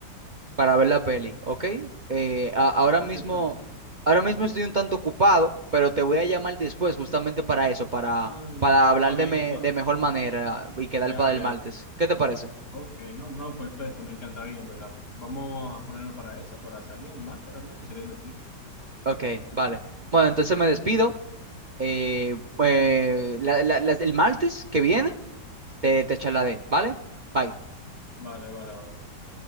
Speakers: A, on the right (about 65°); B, on the left (about 55°).
A: para ver la peli, ¿ok? Eh, a- ahora
B: no,
A: mismo,
B: sí, está bien. está bien.
A: ahora mismo estoy un tanto ocupado, pero te voy a llamar después justamente para eso, para,
B: Ah,
A: para hablar
B: está bien,
A: de, me-
B: entonces.
A: de mejor manera y quedar
B: Ya,
A: para
B: ya,
A: el martes.
B: ya.
A: ¿Qué te parece?
B: Ok, no, no, perfecto, me encantaría, en verdad. Vamos a ponernos para eso, para salir en Mante, realmente sería divertido.
A: Ok, vale. Bueno, entonces me despido. Eh, eh, la- la- las- el martes que viene te, te charlaré, ¿vale? Bye.
B: Vale, vale, vale, vale.